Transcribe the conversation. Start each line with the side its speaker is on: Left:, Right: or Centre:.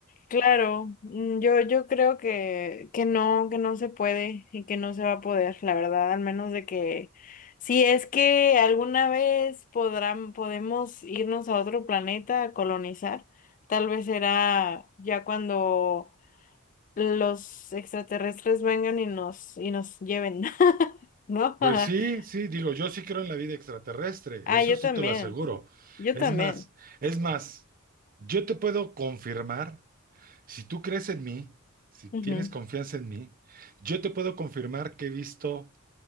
Left: claro, mm, yo, yo creo que, que no, que no se puede y que no se va a poder, la verdad, al menos de que, si es que alguna vez podrán, podemos irnos a otro planeta a colonizar, tal vez será ya cuando los extraterrestres vengan y nos, y nos lleven, <laughs> ¿no?
Right: Pues sí,
Left: <laughs>
Right: sí, digo, yo sí creo en la vida extraterrestre,
Left: Ah,
Right: eso
Left: yo
Right: sí
Left: también,
Right: te lo aseguro.
Left: yo
Right: Es
Left: también.
Right: más, es más, yo te puedo confirmar, si tú crees en mí, si tienes
Left: Ujú.
Right: confianza en mí, yo te puedo confirmar que he visto